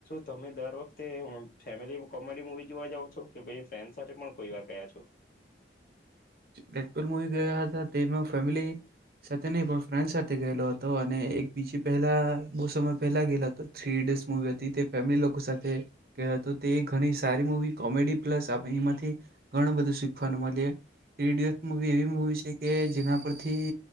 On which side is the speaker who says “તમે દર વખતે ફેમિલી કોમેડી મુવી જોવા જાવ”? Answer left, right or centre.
Left